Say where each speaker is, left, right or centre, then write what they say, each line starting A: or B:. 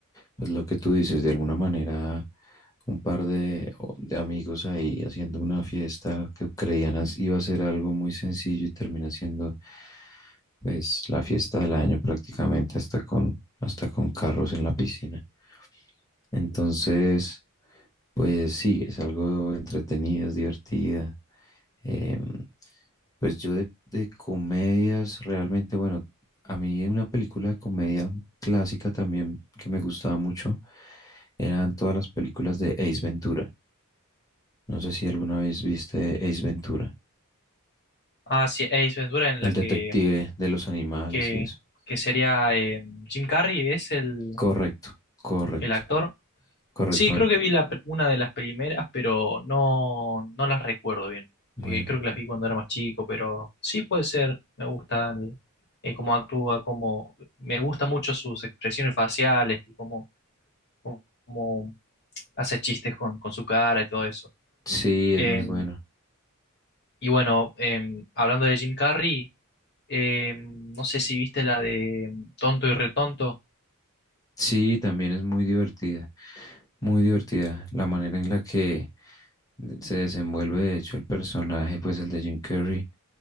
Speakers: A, on the left; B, on the left.
A: pues lo que tú dices, de alguna manera, un par de, o- de amigos ahí haciendo una fiesta que creían as- iba a ser algo muy sencillo y termina siendo, pues, la fiesta del año prácticamente, hasta con, hasta con carros en la piscina. Entonces, pues sí, es algo entretenido, es divertida. Em, pues yo de, de comedias, realmente, bueno, a mí una película de comedia clásica también que me gustaba mucho eran todas las películas de Ace Ventura. No sé si alguna vez viste Ace Ventura,
B: Ah, sí, eh, Ace Ventura en
A: el
B: la
A: detective
B: que,
A: de los animales
B: que,
A: y eso.
B: que sería eh, Jim Carrey, es el,
A: Correcto, correcto,
B: el actor.
A: correcto.
B: Sí, creo
A: me-
B: que vi la pr- una de las primeras, pero no, no las recuerdo bien.
A: Bueno,
B: Eh, creo que las vi cuando era más chico, pero sí puede ser. Me gusta el- eh, cómo actúa, cómo, me gusta mucho sus expresiones faciales y cómo, cómo- cómo hace chistes con, con su cara y todo eso.
A: sí, es
B: Eh,
A: muy bueno.
B: y bueno, eh, hablando de Jim Carrey. Eh, no sé si viste la de Tonto y Retonto.
A: Sí, también es muy divertida, muy divertida la manera en la que se desenvuelve de hecho el personaje, pues el de Jim Carrey,